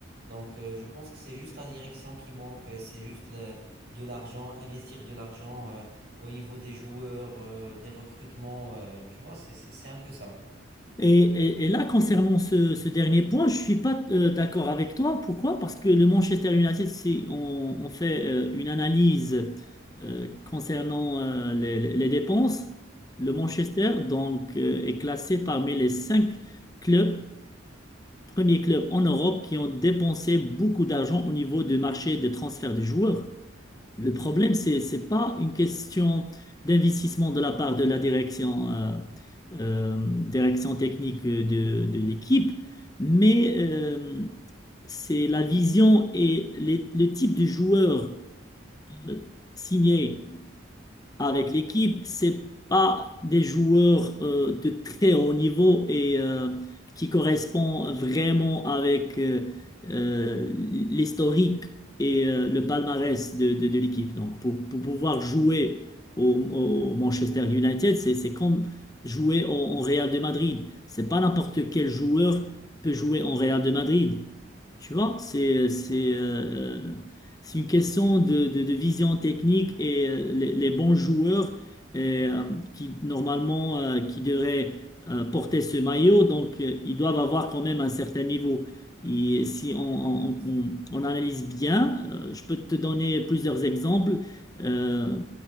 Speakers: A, on the right; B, on the left.
A: Donc euh, je pense que c'est juste la direction qui manque, c'est juste le- de l'argent, investir de l'argent euh, au niveau des joueurs, euh, des recrutements, euh, tu vois, c'est c'est- c'est un peu ça.
B: Et, et- et là, concernant ce, ce dernier point, je suis pas euh, d'accord avec toi. Pourquoi? Parce que le Manchester United, si on, on fait euh, une analyse euh, concernant euh, les, les dépenses, le Manchester donc euh, est classé parmi les cinq clubs, premiers clubs en Europe qui ont dépensé beaucoup d'argent au niveau du marché des transferts de joueurs. Le problème, c'est, c'est pas une question d'investissement de la part de la direction, euh, euh, direction technique de, de l'équipe, mais euh, c'est la vision et les- le type de joueur euh, signé avec l'équipe. C'est pas des joueurs euh, de très haut niveau et euh, qui correspond vraiment avec euh, euh, l'historique et euh, le palmarès de, de, de l'équipe. Donc, pour, pour pouvoir jouer au, au Manchester United, c'est, c'est comme jouer au, au Real de Madrid. C'est pas n'importe quel joueur peut jouer en Real de Madrid. Tu vois, c'est, c'est, euh, c'est une question de, de- de vision technique et euh, les, les bons joueurs euh, qui normalement euh, qui devraient euh, porter ce maillot, donc euh, ils doivent avoir quand même un certain niveau. Et si on, on-
A: Ouais, oui, c'est
B: on-
A: vrai.
B: on analyse bien, euh, je peux te donner plusieurs exemples. Euh,